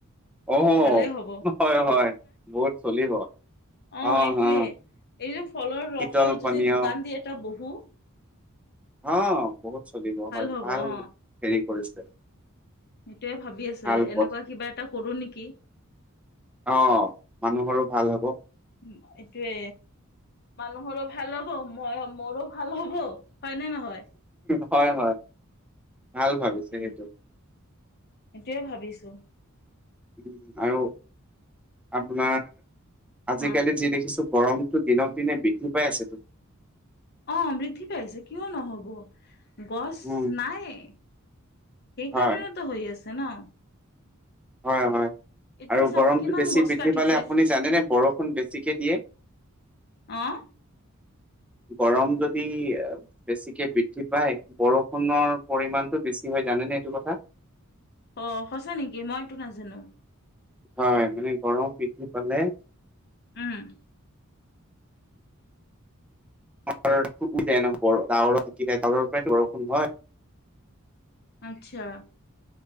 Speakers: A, in the centre; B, on the left.
A: অঁ
B: ভালেই হ'ব
A: হয় হয়, বহুত চলিব।
B: অঁ
A: অ
B: এইটোৱে
A: অ
B: এইযে ফলৰ ৰসৰ
A: শীতল পানীয়
B: যে দোকান দি এটা বহু-
A: অঁ' বহুত চলিব হয়,
B: হ'ব
A: ভাল
B: অ
A: হেৰি কৰিছে।
B: সেইটোয়ে ভাবি আছো।
A: ভাল
B: এনেকুৱা
A: পথ
B: কিবা এটা কৰো নেকি?
A: অঁ' মানুহৰো ভাল হ'ব।
B: উম' এইটোৱে। মানুহৰো ভাল হ'ব, মই মোৰো ভাল হ'ব। হয় নে নহয়?
A: হয় হয়, ভাল ভাবিছে।
B: টোৱে
A: সেইটো
B: সেটোয়ে ভাবিছো।
A: উম' আৰু আপোনাৰ আজিকালি
B: অ
A: যি দেখিছো- গৰমটো দিনক দিনে বৃদ্ধি পাই আছেটো।
B: অঁ' বৃদ্ধি পাই আছে, কিয় নহ'ব? গছ
A: উম,
B: নাইয়ে। সেইকাৰণেতো
A: হয়,
B: হৈ আছে ন।
A: হয় হয়,
B: এতিয়া
A: আৰু
B: চাওক
A: গৰমটো
B: কিমান
A: বেছি
B: গছ
A: বৃদ্ধি
B: কাটিছে
A: পালে আপুনি জানেনে? বৰষুণ বেছিকে দিয়ে।
B: অঁঅ'
A: গৰম যদি- বেছিকে বৃদ্ধি পায়, বৰষুণৰ পৰিমাণটো বেছি হয় জানেনে এইটো কথা?
B: অ' সঁচা নেকি? মইতো নাজানো।
A: হয়, মানে গৰম পৃদ্ধি পালে-
B: উম'
A: <unintelligible> ডাৱৰৰ পৰাই বৰষুণ হয়।
B: আৎচ্ছা।